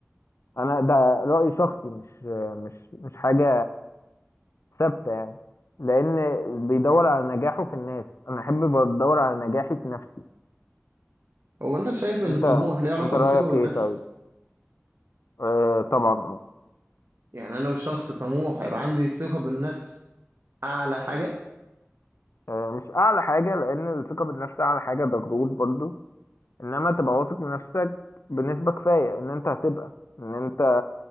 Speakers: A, on the left; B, on the right.
A: انا ده رأي شخصي مش مش مش حاجة ثابتة يعني لان بيدور على نجاحه في الناس انا احب بدور على نجاحي في نفسي
B: هو انت شايف ان
A: انت
B: الطموح ليه علاقه
A: انت رأيك
B: بالثقه بالنفس
A: ايه طيب آه طبعا اه
B: يعني انا لو شخص طموح هيبقى عندي ثقة بالنفس اعلى حاجة
A: آه، مش اعلى حاجة لان الثقة بالنفس اعلى حاجة ده غرور برضو انما تبقى واثق من نفسك بنسبة كفاية ان انت هتبقى ان انت